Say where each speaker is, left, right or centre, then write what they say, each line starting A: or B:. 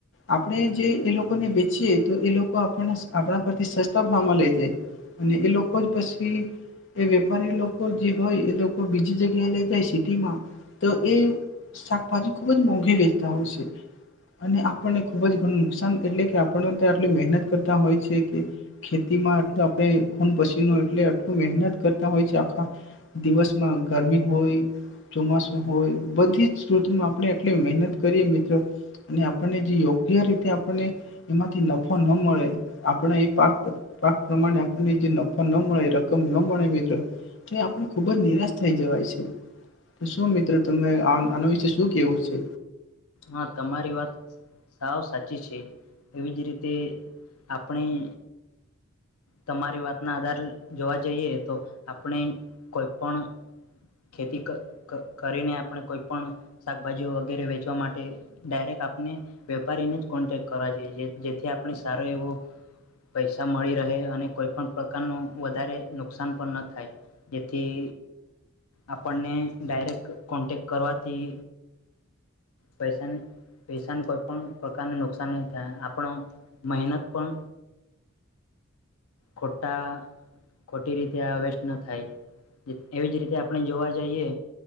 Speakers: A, on the left; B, on the left.
A: આપણે જે એ લોકોને વેચીએ તો એ લોકો આપને આપણા પરથી સસ્તા ભાવમાં લઈ જાય અને એ લોકો જ પછી એ વેપારી લોકો જે હોય એ લોકો બીજી જગ્યાએ લઈ જાય સિટીમાં તો એ શાકભાજી ખુબ જ મોંઘી વેચ અને આપણને ખુબ જ ઘણું નુકસાન એટલે કે આપણે આટલી મહેનત કરતા હોય છે કે ખેતીમાંટ આપણે ખૂન પછી એટ આટલ મહેનત કરતા હોય છે આખા દિવસમાં ગરમી હોય ચોમાસું હોય બધી જમાં આપણે એટલી મહેનત આપણને જે યોગ્ય રીતે આપણને એમાંથી નફા ન મળે આપણા એ પાક પાક પ્રમાણે આપણને જે નફો ન મળે રકમ ન મળે મિત્રો તો આપણે ખુબ જ નિરાશ થઈ જવાય છે શું મિત્ર ત આના વિશે શું કેવું છે.
B: હા તમારી વાત સાવ સાચી છે. એવી જ રીતે આપણી તમારી વાતના આધાર જોવા જઈએ તો આપણે કોઈ પણ ખેતી કરીને આપણે કોઈ પણ શાકભાજી વગેરે વેચવા માટે ડાયરેક્ટ આપણે વેપારીને જ કોન્ટેક્ટ કરવા જોઈએ જેથી આપણે સારો એવો પૈસા મળી અને કોઈ પણ પ્રકાર ન વધારે નુકસાન પણ ન થાય. જેથી આપણને ડાયરેક્ટ કોન્ટેક્ટ કરવાથી પૈસા પૈસાને કોઈ પણ પ્રકારને નુકસાન નહી થાય આપણો મહેનત પણ ખોટા ખોટી રીતે આ વેસ્ટ ન થાય એવી જ રીતે આપણે જોવા જઈએ